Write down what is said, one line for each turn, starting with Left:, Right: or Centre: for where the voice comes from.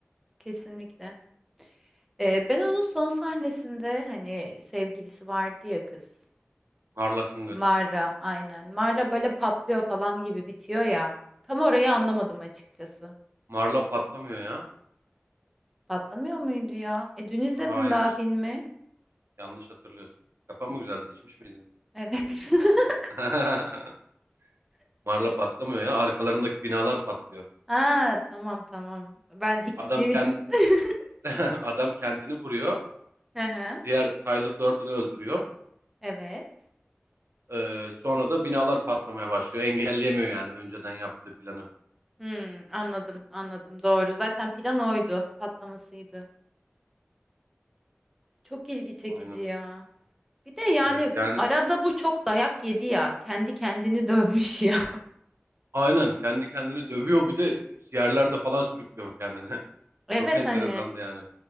Centre: kesinlikle. E, ben onun son sahnesinde hani sevgilisi vardı ya kız.
Right: Marla Singer.
Centre: Marla aynen. Marla böyle patlıyor falan gibi bitiyor ya. Tam orayı anlamadım açıkçası.
Right: Marla patlamıyor ya.
Centre: Patlamıyor muydu ya? E dün izledim
Right: Hayır.
Centre: daha filmi.
Right: Yanlış hatırlıyorsun. Kafam mı güzeldi? içmiş miydin?
Centre: Evet. <laughs>
Right: <laughs> Marla patlamıyor ya. Arkalarındaki binalar patlıyor.
Centre: Ha tamam tamam. Ben içtiğim
Right: Adam
Centre: için.
Right: kend
Centre: <laughs>
Right: <laughs> adam kendini vuruyor.
Centre: Hı hı,
Right: Diğer Tyler Durden'ı öldürüyor.
Centre: Evet.
Right: Ee, sonra da binalar patlamaya başlıyor. Engelleyemiyor yani önceden yaptığı planı.
Centre: Hmm, anladım anladım doğru. Zaten plan oydu. Patlamasıydı. Çok ilgi çekici
Right: Aynen.
Centre: ya. Bir de yani
Right: Evet yani
Centre: arada bu çok dayak yedi ya. Kendi kendini dövmüş ya.
Right: aynen kendi kendini dövüyor bir de yerlerde falan sürüklüyor kendini. <laughs>
Centre: <laughs> Evet
Right: Çok enteresandı
Centre: hani
Right: yani.